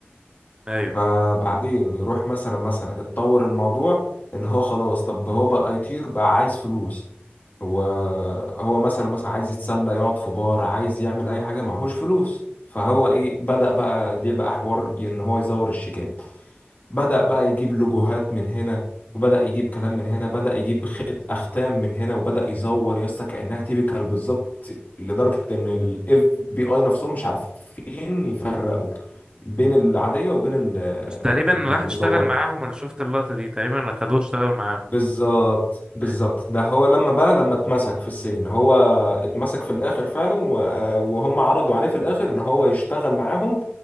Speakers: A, on the right; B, on the left.
A: ايوه
B: فبعدين يروح مثلا مثلا اتطور الموضوع إن هو خلاص طب هو بقى يطير بقى عايز فلوس وهو مثلا مثلا عايز يتسلى يقعد في بار عايز يعمل اي حاجه معهوش فلوس فهو ايه بدأ بقى دي بقى حوار ان هو يزور الشيكات بدأ بقى يجيب لوجوهات من هنا وبدأ يجيب كلام من هنا بدأ يجيب خيط أختام من هنا وبدأ يزور يا اسطى كأنها تيبيكال بالظبط لدرجة إن ال FBI نفسهم مش عارفين يفرقوا بين العادية وبين ال-
A: بس تقريبا
B: المزورة
A: راح اشتغل معاهم انا شفت اللقطة دي تقريبا خدوه اشتغل معاهم
B: بالظبط بالظبط
A: ايه
B: ده هو لما بقى لما اتمسك في السجن هو اتمسك في الاخر فعلا و- آه، وهم عرضوا عليه في الاخر ان هو يشتغل معاهم